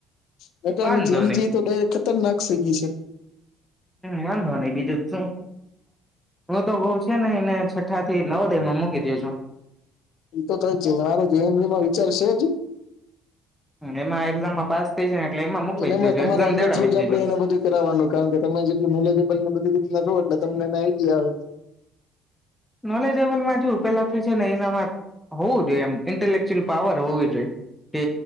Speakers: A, on the left; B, in the centre.
A: પોતાની
B: વાંધો
A: જેનજી
B: નહી
A: તો ડાયરેક ખતરનાક થઈ ગઈ છે.
B: વાંધો નહી બીજું જ તો શું? હું તો બઉ છે ને એને છઠ્ઠા થી નવોદયમાં મૂકી દયો છું.
A: એતો મારો <inaudible> <inaudible> જનરીમાં વિચાર છે જ
B: એમાં એક્ઝામમાં પાસ થાય જાય એટલે ને એમાં મૂકવી
A: ના
B: જ જોજો
A: તમારા
B: એક્ઝામ
A: અંડર
B: દેવડાવી
A: થ્રુ જ
B: દેજો
A: આપડે એને બધું કરાવવાનું કારણ કે તમે જેટલી નોલેજેબલ એને બધી જો એટલે તમનેને આઈડિયા આવે.
B: નોલેજેબલમાં જૌ પેલા થી છે ને એનામાં હોવું જોઈએ એમ ઇન્ટલેકચ્યુઅલ પાવર હોવી જોઈએ. કે